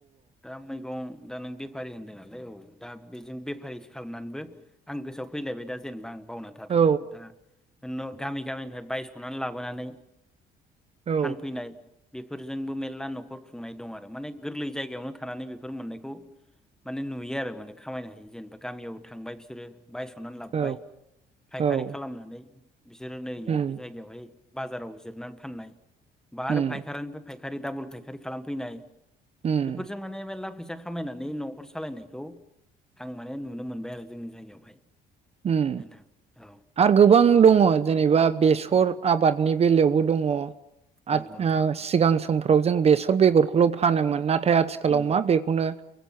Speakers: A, in the centre; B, on the right.
A: दा मैगं दा नों बेफारि होनदों नालाय औ दा बेजों बेफारि खालामनानैबो आं गोसोआव फैलायबाय दा जेनेबा आं। बावनानै थादोंमोन
B: औ
A: दा। न' गामि गामिनिफ्राय बायस'नानै लाबोनानै।
B: औ
A: फानफैनाय। बेफोरजोंबो मेरला न'खर खुंनाय दं आरो माने गोरलै जायगायावनो थानानै बेफोर मोननायखौ माने नुयो आरो माने खामायनो हायो जेनेबा गामियाव थांबाय बिसोरो। बायस'नानै लाबोबाय
B: औ
A: फायखारि
B: औ
A: खालामनानै बिसोरो नै
B: उम
A: जायगायावहाय। बाजाराव जिरनानै फाननाय। बा
B: उम।
A: आरो फायखारिनिफ्राय फायखारि दाबल फायखारि खालामफैनाय।
B: उम
A: बेफोरजों माने मेरला फैसा। सा खामायनानै न'खर सालायनायखौ आं माने नुनो मोनबाय आरो जोंनि जायगायावहाय।
B: ओम
A: नोंथां औ
B: आरो गोबां दङ जेनेबा बेसर
A: औ
B: आबादनि बेलायावबो। दङ।
A: नंगौ
B: आथ
A: नंगौ
B: ओ
A: नोंथां
B: सिगां सम। फोराव जों बेसर बेगरखौल' फानोमोन ना। थाय आथिखालाव
A: नंगौ
B: मा बेखौनो।